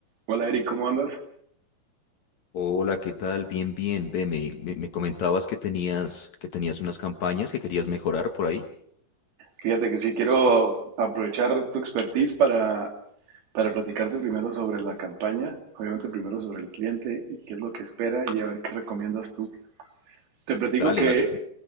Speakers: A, on the right; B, on the left.
A: Hola Eric, ¿cómo andas?
B: Hola, ¿qué tal? Bien, bien. Ve, me, me- me comentabas que tenías, que tenías unas campañas que querías mejorar por ahí.
A: Fíjate que sí quiero aprovechar tu expertise para, para platicarte primero sobre la campaña, obviamente primero sobre el cliente y qué es lo que espera y a ver qué recomiendas tú. Te platico
B: Dale,
A: que,
B: dale.